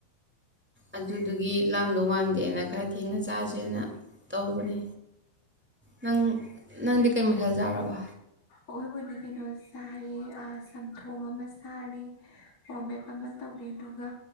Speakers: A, in the centre; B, on the left.
A: ꯑꯗꯨꯗꯨꯒꯤ ꯂꯥꯝꯗꯧ ꯃꯥꯟꯗꯦꯅ ꯈ ꯑꯊꯦꯡꯅ ꯆꯁꯤꯦꯅ ꯇꯧꯕꯅꯤ ꯅꯪ ꯅꯪꯗꯤ ꯀꯩ ꯃꯊꯦꯜ ꯆꯥꯔꯕ
B: ꯑꯣꯕꯨꯅꯤ ꯀꯦꯅꯁ ꯆꯥꯏꯑ ꯆꯝꯊꯣꯡ ꯑꯃ ꯆꯥꯔꯦ ꯄꯣꯃꯦꯞ ꯑꯃ ꯇꯧꯔꯤ ꯑꯗꯨꯒ